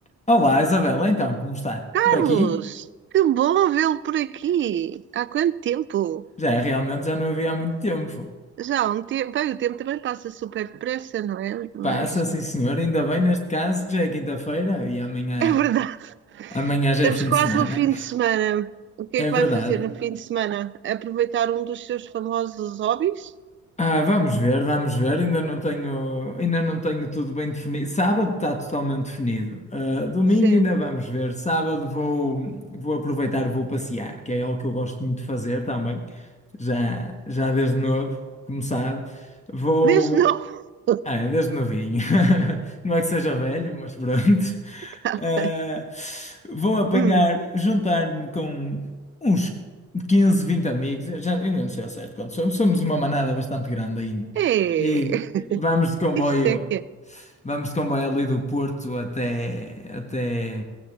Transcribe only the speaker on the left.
Olá, Isabela, então, como está?
Por aqui?
Já, realmente já não havia há muito tempo.
Passa, sim senhor, ainda bem neste caso que já é quinta-feira e amanhã,
amanhã já
é fim
de semana.
É
verdade.
Ah, vamos ver, vamos ver, ainda não tenho, ainda não tenho tudo bem definido. Sábado está totalmente definido. Ah, domingo
ainda vamos ver. Sábado vou, vou aproveitar, vou passear, que é algo que eu gosto muito de fazer também, já, já desde novo, como sabe. Vou.
Ah, é desde novinho. <laughs> Não é que seja velho, mas pronto.
Ah,
vou apanhar,
juntar-me com uns 15, 20 amigos. Eu já, ainda não sei ao certo quantos somos. Somos uma manada bastante grande ainda.
E vamos de comboio,
vamos de comboio ali do Porto até, até,